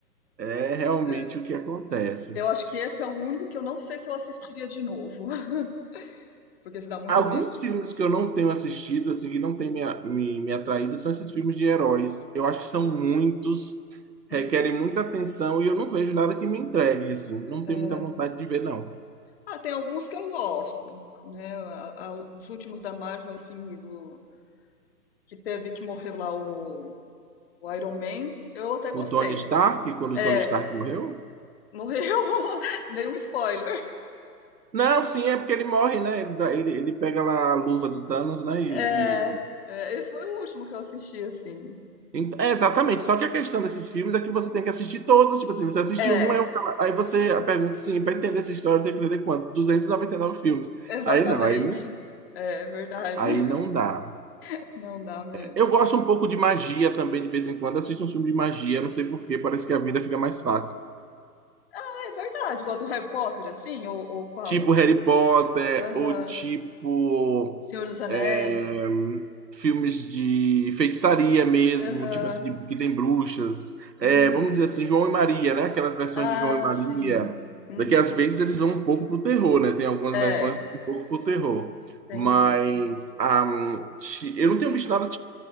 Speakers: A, on the right; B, on the left.
A: É realmente
B: É.
A: o que acontece.
B: Eu acho que esse é o único que eu não sei se eu assistiria de novo, <laughs> porque se dá muito
A: Alguns
B: medo.
A: filmes que eu não tenho assistido, assim, que não tem me, a- me, me atraído, são esses filmes de heróis. Eu acho que são muitos,
B: Hum,
A: requerem muita atenção e eu não vejo nada que me entregue, assim. Não
B: é.
A: tenho muita vontade de ver, não.
B: Ah, tem alguns que eu gosto, né? A- a- os últimos da Marvel, assim, do que teve que morrer lá o, o Iron Man, eu até
A: O
B: gostei.
A: Tony Stark, quando o
B: É,
A: Tony Stark morreu?
B: Morreu? <laughs> Dei um spoiler.
A: Não, sim, é porque ele morre, né? Ele, dá- ele, ele pega lá a luva do Thanos, né? E,
B: É,
A: e-
B: é, esse foi o último que eu assisti, assim.
A: Ent- É, exatamente. Só que a questão desses filmes é que você tem que assistir todos. Tipo assim, você assiste
B: É,
A: um, aí, eu falo- aí você pergunta assim, para entender essa história, tem que entender quanto? 299 filmes.
B: exatamente.
A: Aí não, aí não
B: É verdade.
A: Aí
B: <laughs>
A: não dá.
B: Não dá mesmo.
A: Eu gosto um pouco de magia também, de vez em quando. Assisto um filme de magia, não sei por quê, parece que a vida fica mais fácil.
B: É verdade, igual do Harry Potter, assim, ou, ou qual?
A: Tipo Harry Potter,
B: Aham.
A: ou tipo
B: Senhor dos Anéis.
A: é, filmes de feitiçaria mesmo,
B: Aham.
A: tipo assim, de- que tem bruxas. É,
B: Uhum.
A: vamos dizer assim, João e Maria, né? Aquelas versões
B: Ah,
A: de João e Maria.
B: sim. Uhum.
A: Daqui às vezes eles vão um pouco pro terror, né? Tem algumas
B: É,
A: versões que vão um pouco pro terror.
B: tem
A: Mas
B: mesmo.
A: ah, hum, ti- eu não tenho visto nada